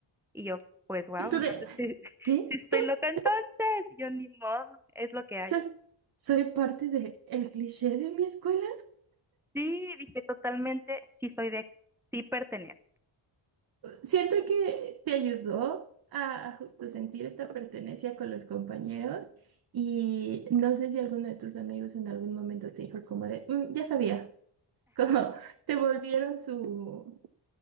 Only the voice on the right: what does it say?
Y tú
de,
¿qué?
<laughs>
Soy,
soy parte de el cliché de mi escuela.
Siento que te ayudó a, a justo sentir esta pertenencia con los compañeros y no sé si alguno de tus amigos en algún momento te dijo como de, "Mm, ya sabía, <laughs> como te volvieron su,